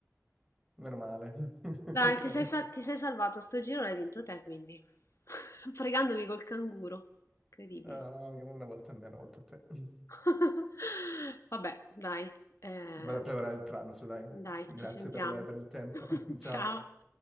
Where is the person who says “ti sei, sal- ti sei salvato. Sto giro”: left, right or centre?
Left